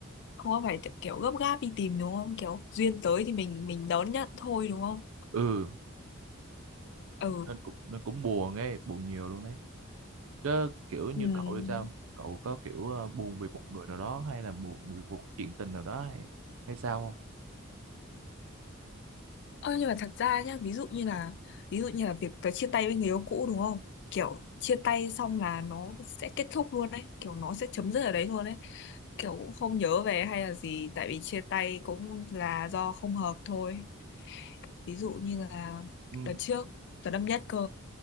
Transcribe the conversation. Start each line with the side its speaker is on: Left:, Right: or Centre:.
Left: không có phải kiểu gấp gáp đi tìm đúng không kiểu duyên tới thì mình mình đón nhận thôi đúng không
Right: ừ
Left: ừ
Right: nên cũng nên cũng buồn ấy buồn nhiều luôn đấy chứ kiểu như
Left: ừm.
Right: cậu thì sao cậu có kiểu ờ, buồn vì một người nào đó hay là buồn vì một chuyện tình nào đó hay hay sao không
Left: ơ nhưng mà thật ra nhá ví dụ như là ví dụ như là việc tớ chia tay với người yêu cũ đúng không kiểu chia tay xong là nó sẽ kết thúc luôn đấy kiểu nó sẽ chấm dứt ở đấy luôn đấy kiểu cũng không nhớ về hay là gì tại vì chia tay cũng là do không hợp thôi ví dụ như là
Right: Ừ.
Left: đợt trước đợt năm nhất cơ